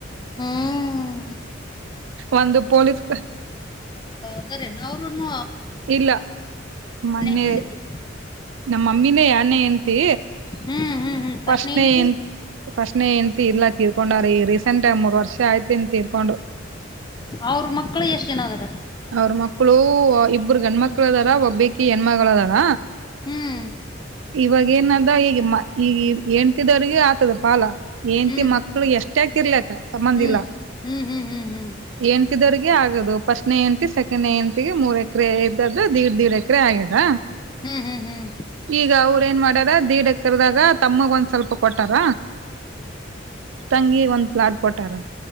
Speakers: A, on the left; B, on the right.
A: ಹಾ
B: ಒಂದು ಪೊಲೀಸ್
A: ಇದಾರೆನ್ ಅವರುನೂ
B: ಇಲ್ಲ ಮೊನ್ನೆ
A: ಹೆಂಡತಿ
B: ನಮ್ಮಮ್ಮಿನೇ ನೇ ಎಂತಿ
A: ಹ್ಮ್ ಹ್ಮ್ ಹ್ಮ್ ಫಸ್ಟ್ನೇ
B: ಫಸ್ಟ್
A: ಹೆಂಡತಿ
B: ನೇ ಹೆನ್ ಫಸ್ಟ್ ನೇ ಹೆಂಡ್ತಿ ಇಲ್ಲ ತೀರ್ಕೊಂಡಾರ್ ಈಗ್ ರೀಸೆಂಟ್ ಆಗ್ ಮೂರ್ ವರ್ಷ್ ವರ್ಷ ಆಯ್ತೇನ್ ತೀರ್ಕೊಂಡು
A: ಅವ್ರ ಮಕ್ಕಳು ಎಷ್ಟ್ ಜನ ಅದಾರ
B: ಅವ್ರ ಮಕ್ಳು ಇಬ್ಬ್ರ ಗಂಡ ಮಕ್ಳ ಅದಾರ ಒಬ್ಬಕಿ ಹೆಣ್ಮಗಳಳದಾರ
A: ಹ್ಮ್
B: ಇವಾಗ ಏನದ ಈಗ ಈಗ ಹೆಂಡತಿದವ್ರಿಗೆ ಆತದ ಪಾಲ ಏನ್ತಿ
A: ಹ್ಮ್
B: ಮಕ್ಳು ಎಷ್ಟ ಹಕಿರ್ಲಕ್ಕ ಸಂಬಧ
A: ಹ್ಮ್
B: ಇಲ್ಲ
A: ಹ್ಮ್ ಹ್ಮ್ ಹ್ಮ್ ಹ್ಮ್
B: ಏನ್ಂತಿದರ್ ಆಗದು ಫಸ್ಟ್ ನೇ ಎಂತಿ ಸೆಕೆಂಡ್ ನೇ ಎಂತಿಗೆ ಮೂರ್ ಎಕರೆ ಇದ್ದದ್ದು ಧೀರ್ ದೀರ್ ಎಕರೆ ಆಗ್ಯದ
A: ಹ್ಮ್ ಹ್ಮ್ ಹ್ಮ್
B: ಈಗ ಅವ್ರ ಏನ್ ಮಾಡ್ಯಾರ ದೀಡ ಎಕರದಾಗ ತಮ್ಮಗ ಒಂದ್ ಸ್ವಲ್ಪ ಕೊಟ್ಟಾರ ತಂಗಿ ಒಂದು <unintelligible> ಕೋಟಾರ